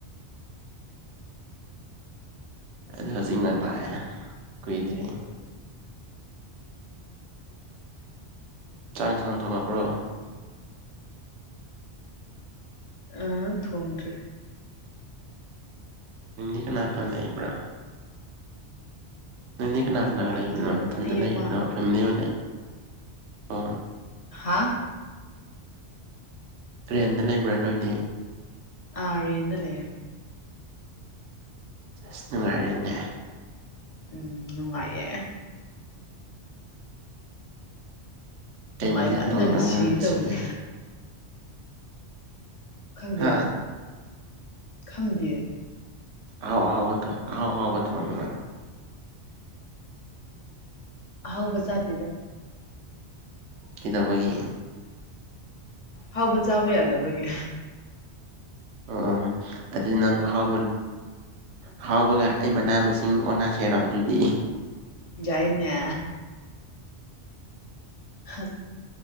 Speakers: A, on the right (about 75°); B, on the left (about 35°).
A: ꯑꯗꯨ ꯍꯧꯖꯤꯛ ꯅꯪ ꯂꯥꯛꯑꯦ ꯀꯨꯏꯗ꯭ꯔꯤꯦ ꯆꯥꯡ ꯁꯥꯡꯅ ꯊꯣꯡꯉꯕ꯭ꯔꯣ
B: ꯑ ꯊꯣꯡꯗ꯭꯭ꯔꯔꯤ
A: ꯎ ꯀꯅꯅꯥꯀꯜꯕ꯭ꯔ ꯅꯣꯏꯅꯤꯅ ꯀꯅꯥꯒ ꯂꯩꯕꯅꯣꯅꯊꯟꯖ
B: ꯏꯅꯥꯎꯅꯨꯄꯤ
A: ꯂꯩꯔꯤꯔꯣ
B: ꯑꯃ
A: ꯐꯦꯃꯤꯂꯤ ꯑꯣꯏꯅ ꯂꯩ ꯑ
B: ꯑ
A: ꯐꯦ ꯂꯩ ꯭ꯔꯦꯟ ꯑꯣꯏꯗꯤ
B: ꯑꯔꯦꯗ ꯂꯩꯦ
A: ꯑꯁ ꯅꯨꯡꯉꯥꯏꯔꯦꯅꯦ
B: ꯎꯝ ꯅꯨꯡꯉꯥꯏꯌꯦꯦ
A: ꯀꯩ
B: ꯅꯨꯡꯉꯥꯏꯃꯟꯗꯅ
A: ꯃꯊꯦꯜ ꯊꯣꯡꯗꯣꯏꯅꯣ
B: ꯁꯤꯗꯧꯔꯦ
A: ꯉꯁꯤꯗꯤ
B: ꯈꯟꯗꯦꯝ
A: ꯍꯥ
B: ꯈꯝꯗꯌꯦ
A: ꯑꯥꯎ ꯑꯕꯊ ꯑꯥꯎ ꯑꯥꯎꯕꯊ ꯋꯥꯦ
B: ꯍꯥꯎꯕꯁꯗꯗ
A: ꯀꯗꯧꯕꯒꯤ
B: ꯍꯥꯎꯕ ꯆꯥꯕ ꯌꯥꯗꯕꯒꯤ
A: ꯑꯣ ꯑꯗꯨꯗꯤ ꯅꯪ ꯑꯍꯥꯎꯕ ꯑꯍꯥꯎꯕꯒ ꯑꯩ ꯃꯅꯥ ꯃꯁꯤꯡ ꯑꯣꯅꯥ ꯁꯔꯣ ꯑꯗꯨꯗꯤ
B: ꯌꯥꯏꯅꯦ ꯍꯥ